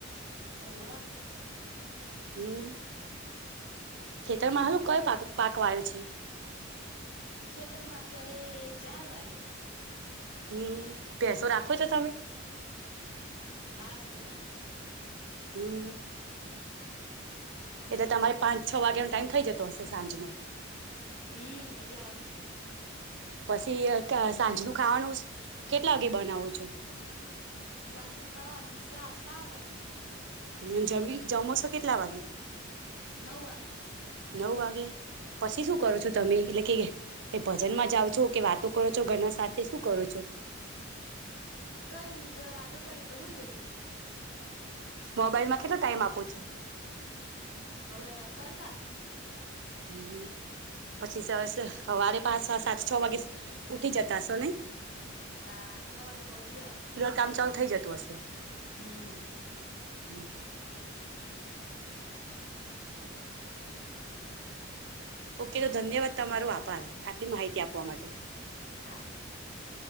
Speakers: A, on the left (about 80°); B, on the right (about 65°).
A: ઓવા.
B: હમ ખેતરમાં હાલું કઈ પાક પાકવા આવ્યો છે.
A: ખેતર માં અત્યારે જાલ વાય્યો.
B: હમ પેસો રાખો છો તમે?
A: અસ્તુ ધન.
B: હમ. એટલે તમારે પાંચ છ વાગ્યાનોો ટાઈમ ખઇ જતો હશે સાંજ નુ
A: હમ એટલા વાગી છે.
B: પછી સાંજ નુ ખાવાનું કેટલા વાગે બનાવો છો.
A: સાંજ નું ખાવાનું સાત સાથી
B: હ જમી જમોસો કેટલા વાગે. <inaudible>
A: નવ વાગે
B: નવ વાગે. પછી
A: હમ
B: શું કરો છો તમે એટલે કે. એ ભજનમાં જાઓ છો કે વાતો કરો છો ઘરના સાથે શું કરો છો.
A: કઈ નઈ થોડ વાતો કરી પ <inaudible> હું જઈએ.
B: મોબાઈલમાં કેટલો ટાઈમ આપો છો.
A: હવે એમાં કલાક.
B: હમ પછી સરસ હવારે પાંચ સાત છ વાગે ઉઠી જતાશો ને.
A: હા છ વાગે પણ ઉઠી જવાનું.
B: કામ ચાલુ થઈ જતું હશે.
A: હમ.
B: હ. <inaudible> ઓકે તો ધન્યવાદ તમારો આભાર. આટલી માહિતી આપવા માટે.
A: હા